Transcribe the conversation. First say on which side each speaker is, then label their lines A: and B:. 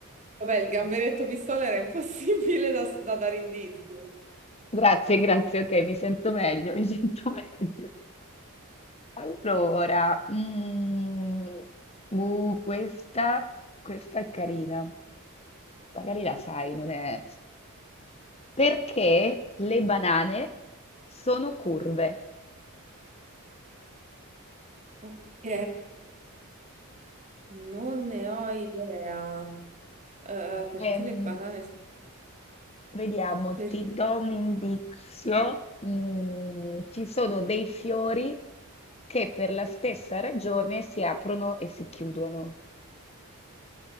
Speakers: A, on the right (about 35°); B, on the left (about 30°).
A: Vabbè, il gamberetto pistola era impossibile da, da dare indizi.
B: Grazie, grazie, ok, mi sento meglio, mi sento <laughs> meglio. Allora, mm, uh, questa, questa è carina. Magari la sai, non è... Perché le banane sono curve?
A: Ok, non ne ho idea. Eh, perché
B: Ehm,
A: le banane...
B: vediamo,
A: Per...
B: ti do un indizio. Mm, ci sono dei fiori che per la stessa ragione si aprono e si chiudono.